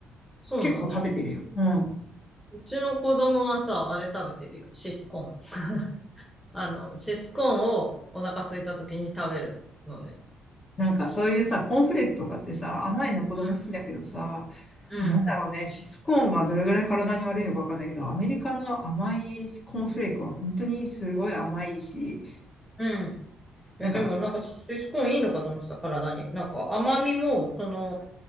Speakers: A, in the centre; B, on the left.
A: そうなんだ。
B: 結構食べてるよ。うん。
A: うちの子供はさ、あれ食べてるよ。シスコーン。<laughs> あの、シスコーンをお腹空いた時に食べるのね。
B: なんかそういうさ、コーンフレークとかってさ、甘いの子供好きだけどさ、
A: うん。うん。
B: なんだろうね、シスコーンはどれぐらい体に悪いのかわかんないけど、アメリカの甘いコーンフレークは本当にすごい甘いし、
A: うんえ、
B: なんか、
A: でもなんかシスコーンいいのかと思ってた、体に。なんか甘みも、その、